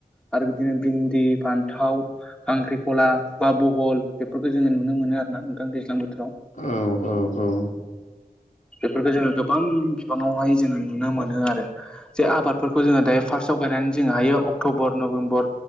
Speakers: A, in the centre; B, on the left (about 55°).
A: आरो बिदिनो भिनदि फान्थाव खांख्रिख'ला बा बहल बेफोरखौ जोङो नुनो मोनो आरो ना नोंथां दैज्लां बो
B: औ औ औ।
A: बेफोरखौ जोङो गोबां बिबाङावहाय जोङो नुनो मोनो आरो जे आबादफोरखौ जोङो दायो फार्स्ट आव गायनानै जोङो हायो अक्ट'बर, नभेम्बर,